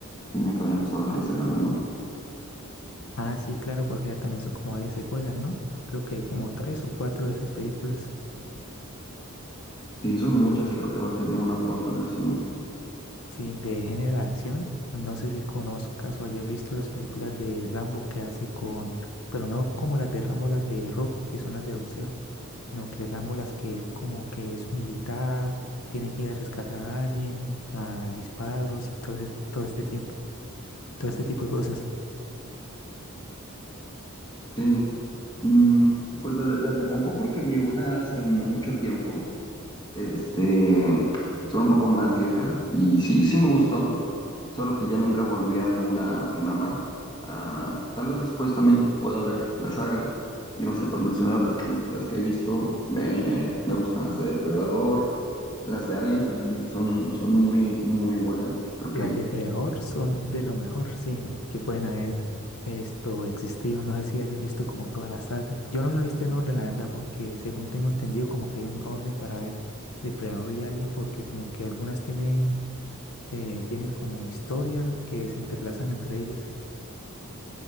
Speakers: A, on the left; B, on the left.
A: tenía que haber empezado a ver desde la uno
B: Ah, sí, claro, porque ya también son como varias secuelas, ¿no? Creo que hay como tres o cuatro de esas películas.
A: Sí, son muchas y creo que va a salir una pronto en el cine.
B: Sí, de género de acción. No sé si conozcas o hayas visto las películas de Rambo que hace con, pero no como las de Rambo, las de Rocky, que son las de boxeo, no que Rambo las que él como que es militar, tiene que ir a rescatar a alguien, a disparos y todo ese- todo este tiempo, todo este tipo de cosas.
A: Sí, mm, pues la de- las de Rambo creo que vi una hace mucho tiempo. Este, son un poco más viejas y sí, sí me gustó. solo que ya nunca volví a ver una, una más. Ah, tal vez después también pueda ver la saga. Y no sé, por mencionar otras películas que he visto, me, me gustan las de Depredador, las de Alien también son, son muy, muy buenas. Creo
B: Las
A: que
B: de Preahor son de lo mejor, sí, que pueden haber esto existido. No sé si hayas visto como toda la saga. Yo no la he visto en orden, la verdad, porque según tengo entendido, como que hay un orden para ver Depredador y Alien, porque como que algunas tienen, eh, tienen como historia que se entrelazan entre ellas.